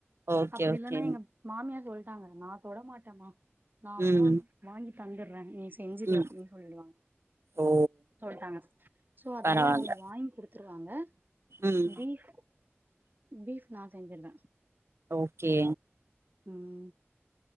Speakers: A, on the right; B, on the right.
A: ஓகே
B: அப்புடி
A: ஓகே
B: இல்லன்னா எங்க மாமியார் சொல்டாங்க நா தொட மாட்டேமா நா வேணா
A: ம்
B: வாங்கி தந்துற்ற நீ செஞ்சுடு
A: ம்
B: அப்டினு சொல்லுவாங்க
A: ஓ
B: சொல்லிட்டாங்க சோ அதால
A: பரவால்ல
B: அவங்க வாங்கி குடுத்துருவாங்க
A: ம்
B: பீஃப் பீஃப் நா செஞ்சுடுவ
A: ஓகே
B: ம்